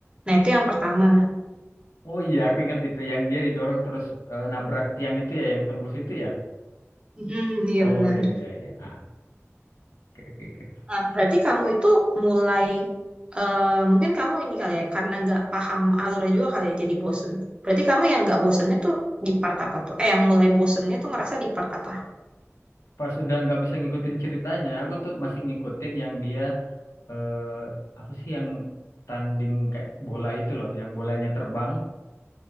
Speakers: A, on the right; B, on the left.
A: nah itu yang pertama
B: oh iya aku ingat itu yang dia didorong terus eh, nabrak tiang itu ya yang tembus itu ya
A: Mm, iya
B: oh
A: benar
B: iya iya iya ah oke oke oke
A: nah, berarti kamu itu mulai eh, mungkin kamu ini kali ya karena nggak paham alurnya juga kali ya jadi bosen berarti kamu yang nggak bosennya tuh di part apa tuh eh yang mulai bosennya tuh ngerasa di part apa
B: pas udah nggak bisa ngikutin ceritanya aku tuh masih ngikutin yang dia eh, apa sih yang tanding kayak bola itu loh yang bolanya terbang